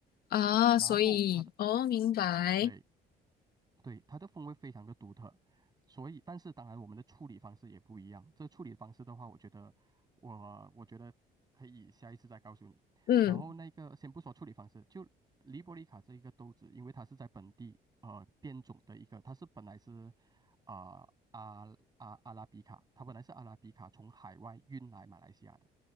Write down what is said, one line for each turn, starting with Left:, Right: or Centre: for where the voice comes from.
Left: 啊，
Right: 然后他的
Left: 所以哦，明白，
Right: 对对，它的风味非常的独特，所以，但是当然我们的处理方式也不一样。这处理方式的话，我觉得我我觉得可以下一次再告诉你。
Left: 嗯，
Right: 然后那个先不说处理方式，就黎波里卡这一个豆子，因为它是在本地呃变种的一个，它是本来是啊、呃、阿阿阿拉比卡，它本来是阿拉比卡从海外运来马来西亚的。